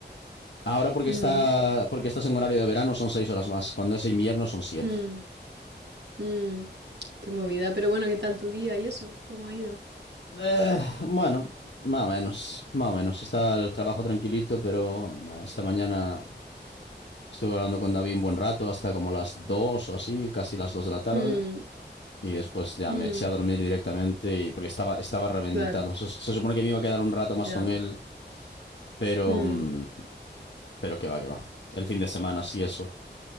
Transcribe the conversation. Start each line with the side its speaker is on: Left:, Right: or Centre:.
Left: Ahora porque
Right: mm,
Left: está, porque estás en horario de verano son seis horas más. Cuando es invierno son siete.
Right: mm, mm. Qué movida. Pero bueno, ¿qué tal tu día y eso? ¿Cómo ha ido?
Left: Eh, bueno, más o menos, más o menos. Está el trabajo tranquilito, pero nah, esta mañana estuve hablando con David un buen rato, hasta como las dos o así, casi las dos de la tarde.
Right: Mm,
Left: Y después ya
Right: mm,
Left: me eché a dormir directamente y porque estaba, estaba reventado.
Right: claro,
Left: Se, se supone que me iba a quedar un rato más
Right: ya.
Left: con él, pero,
Right: Mm.
Left: mm, pero que va, que va. El fin de semana, sí, eso.